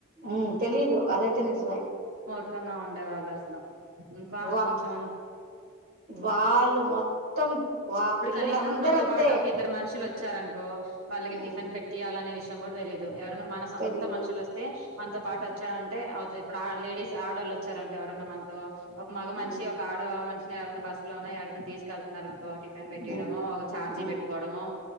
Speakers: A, on the right; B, on the right.
A: ఉ తెలీదు అదైతే నిజమే
B: దుఃఖంగా ఉండేవాళ్ళు అసలు ఇంకా
A: వా
B: కొంచెం
A: వాళ్ళు మొత్తం వా
B: ఇప్పుడు
A: పిల్లలందరూ
B: కనీసం మనతో
A: అంతే
B: పాటు ఒక ఇద్దరు మనుషులు వచ్చారనుకో వాళ్ళకి
A: ఉమ్
B: టిఫిన్ పెట్టియాలనే విషయం చెం గూడా తెలీదు మన సొంత
A: తెలీదు
B: మనుషులు వస్తే మనతో పాటు వచ్చాడంటే అవుతా ఇప్పుడు లేడీస్ ఆడళ్ళు వచ్చారనుకో ఎవరైన్నా మనతో ఒక మగ మనిషి
A: ఉమ్
B: ఒక ఆడ మనిషి ఎవరైన బస్సు లో ఎక్కడిక తీసుళ్తున్నారు కో టిఫెన్ పెట్టేయడమో
A: ఉమ్
B: ఒక చార్జీ
A: ఉమ్
B: పెట్టుకోవడము